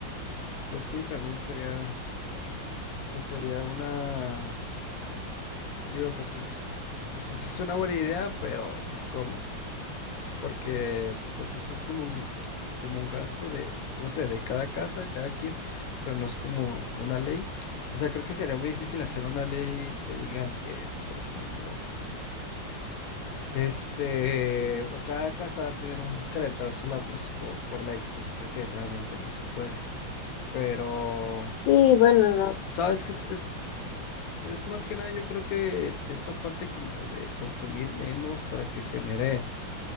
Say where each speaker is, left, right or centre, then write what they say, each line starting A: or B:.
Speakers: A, on the left (about 65°); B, on the left (about 80°).
A: Pues sí, también sería, pues sería una Digo, pues es, o sea, sí es una buena idea, pero pues ¿cómo? Porque pues eso es como un, como un gasto de, no sé, de cada casa, cada quien, pero no es como una ley. O sea, creo que sería muy difícil hacer una ley que digan que, por ejemplo, este, cada casa va a tener un calentador solar por, su- por, por ley, pues creo que realmente no se puede. Pero,
B: Sí, bueno, no.
A: ¿sabes qué? Es, es- es más que nada, yo creo que esta parte como de consumir menos para que genere